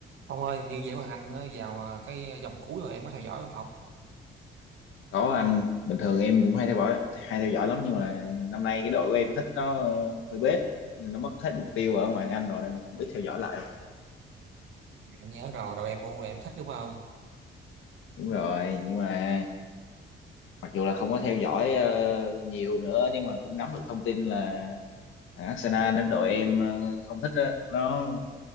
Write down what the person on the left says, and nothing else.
Có anh, bình thường em cũng hay theo dõi hay theo dõi lắm nhưng mà năm nay cái đội của em thích nó ờ, hơi bết, nên nó mất hết mục tiêu ở ngoại hạng Anh rồi nên là cũng ít theo dõi lại rồi.
Đúng rồi, nhưng mà mặc dù là không có theo dõi ờ, nhiều nữa nhưng mà cũng nắm được thông tin là thằng Arsenal nên đội em ờ, không thích á, nó